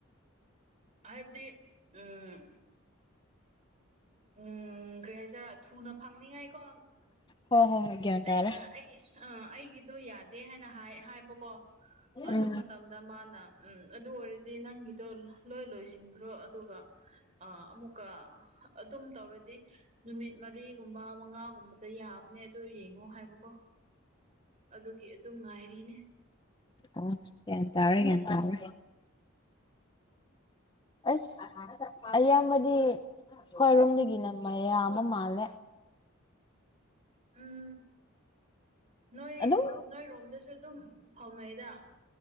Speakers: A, on the right; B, on the left.
A: ꯍꯥꯏꯕꯗꯤ ꯎꯝ ꯎꯝ ꯀꯩ ꯍꯥꯏꯁꯦꯔ ꯊꯨꯅ ꯐꯪꯅꯤꯡꯉꯥꯏꯀꯣ
B: ꯍꯣ ꯍꯣꯏ ꯒ꯭ꯌꯥꯟ
A: ꯑꯩꯅ
B: ꯇꯥꯔꯦ
A: ꯑꯩ ꯑꯥ ꯑꯩꯒꯤꯗꯣ ꯌꯥꯗꯦ ꯍꯥꯏꯅ ꯍꯥꯏꯕꯀꯣ ꯑꯗꯨ
B: ꯎꯝ
A: ꯃꯇꯝꯗ ꯃꯥꯅ ꯎꯝ ꯑꯗꯨ ꯑꯣꯏꯔꯗꯤ ꯅꯪꯒꯤꯗꯣ ꯂꯣꯏ ꯂꯣꯏꯁꯤꯟꯈ꯭ꯔꯣ ꯑꯗꯨꯒ ꯑꯃꯨꯛꯀ ꯑꯗꯨꯝ ꯇꯧꯔꯗꯤ ꯅꯨꯃꯤꯠ ꯃꯔꯤꯒꯨꯝꯕ ꯃꯉꯥꯒꯨꯝꯕꯗ ꯌꯥꯕꯅꯦ ꯑꯗꯨ ꯌꯦꯡꯉꯣ ꯍꯥꯏꯕꯀꯣ ꯑꯗꯨꯒꯤ ꯑꯗꯨꯝ ꯉꯥꯏꯔꯤꯅꯦ
B: ꯑꯣ ꯌꯦꯇꯥ ꯑꯣꯏꯔꯦ ꯌꯦꯇꯥꯔ ꯑꯁ ꯑꯌꯥꯝꯕꯗꯤ ꯈꯣꯏꯔꯣꯝꯗꯒꯤꯅ ꯃꯌꯥꯝ ꯑꯃ ꯃꯥꯜꯂꯦ
A: ꯎꯝ ꯅꯣꯏ
B: ꯑꯗꯨꯝ
A: ꯅꯣꯏ ꯔꯣꯝꯗꯁꯨ ꯑꯗꯨꯝ ꯐꯥꯎꯅꯩꯗ